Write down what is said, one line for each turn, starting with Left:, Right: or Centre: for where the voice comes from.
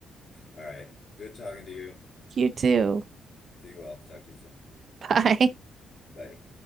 Left: All right. Good talking to you.
Right: You too.
Left: Be well. Talk to you soon.
Right: Bye.
Left: Bye.